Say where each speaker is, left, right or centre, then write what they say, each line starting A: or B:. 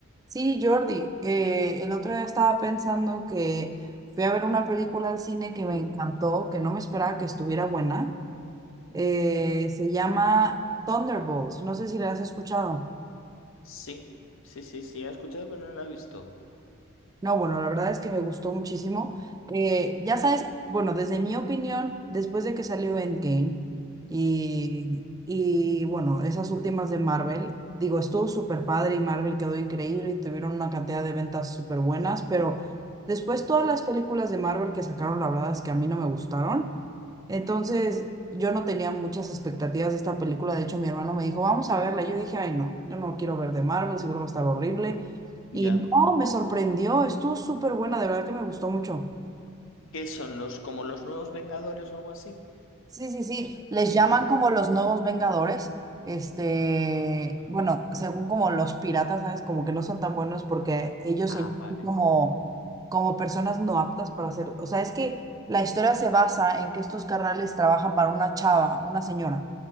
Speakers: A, on the right; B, on the left.
A: Sí, Jordi, eh, el otro día estaba pensando que fui a ver una película al cine que me
B: Mm.
A: encantó, que no me esperaba que estuviera buena. Eh, se llama Thunderbolts, no sé si la has escuchado.
B: Sí, sí, sí, sí, he escuchado, pero no la he visto.
A: No, bueno, la verdad es que me gustó muchísimo. Eh, ya sabes, bueno, desde mi opinión, después de que salió Endgame y, y bueno, esas últimas de Marvel, digo, estuvo súper padre y Marvel quedó increíble y tuvieron una cantidad de ventas súper buenas, pero después todas las películas de Marvel que sacaron, la verdad es que a mí no me gustaron. Entonces, yo no tenía muchas expectativas de esta película. De hecho, mi hermano me dijo, vamos a verla. Y yo dije, ay, no, yo no quiero ver de Marvel, seguro va a estar horrible. Y
B: Ya.
A: no, me sorprendió, estuvo súper buena, de verdad que me gustó mucho.
B: ¿Qué son los, como los nuevos Vengadores o algo así?
A: Sí, sí, sí, les
B: Avengers.
A: llaman como los nuevos Vengadores, este,
B: Ah,
A: bueno, según como los piratas, ¿sabes? Como que no son tan buenos porque ellos
B: ah,
A: se llaman
B: vale.
A: como, como personas no aptas para hacer, o sea, es que la historia se basa en que estos carnales trabajan para una chava, una señora,